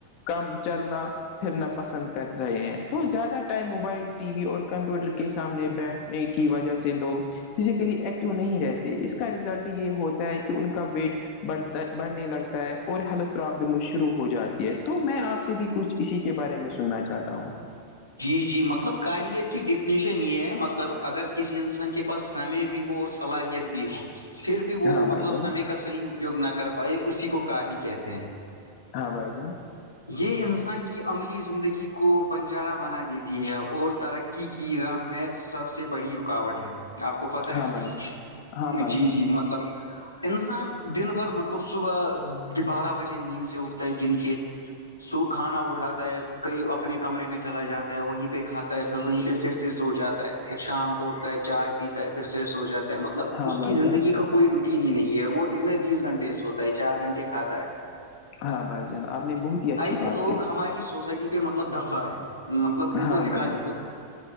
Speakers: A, on the left; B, on the left.
A: کم چلنا پھرنا پسند کر رہے ہیں تو زیادہ ٹائم موبائل ٹی وی اور کمپیوٹر کے سامنے بیٹھ کی وجہ سے لوگ فزیکلی ایکٹو نہیں رہتے اس کا رزلٹ یہ ہوتا ہے کہ ان کا ویٹ بڑھتا بڑھنے لگتا ہے اور ہیلتھ پرابلم شروع ہو جاتی ہے تو میں آپ سے بھی کچھ اسی کے بارے میں سننا چاہتا ہوں
B: جی جی مطلب کاہلیت کی ڈیفینیشن یہ ہے مطلب اگر کسی انسان کے بس سمے بھی ہو اور صلاحیت بھی ہو پھر بھی وہ
A: ہاں
B: مطلب
A: بھائی جان
B: سمے کا صحیح اپیوگ نہ کر پائے اسی کو کاہل کہتے ہیں
A: ہاں بھائی جےاں
B: یہ انسان کی عملی زندگی کو بنجارا بنا دیتی ہے اور ترقی کی راہ میں سب سے بڑی رکاوٹ ہے آپ کو پت ہے
A: ہاں بھائی
B: یہ
A: جان ہاں بھائی
B: جی
A: جان
B: جی مطلب انسان دن بھر مطلب صبح بارہ بجے نیند سے اٹھتا ہے دن کے صب کھانا اٹھاتا ہے کئی اپنے کمرے میں چلا جاتا ہے وہیں پہ کھاتا ہے پھر وہیں پہ پھر سے سو جاتا ہے پھر شام کو اٹھتا ہے چائے پیتا ہے پھر سے سو جاتا مطلب
A: ہاں
B: اس کی
A: بھائی
B: زندگی
A: جان
B: کا کوئی روٹین ہی نہیں ہے وہ دن میں بیس گھنٹے سے ہوتا ہے چار گھنٹے کھاتا ہے
A: ہاں بائی جان آپنی بہت ہی اچھی
B: ایسے
A: بات
B: لوگ
A: کہی
B: ہماری سوسائٹی پہ مطلب دھبا ہے مطلب ان کو
A: ہاں
B: نکالی
A: بھائی جان
B: دو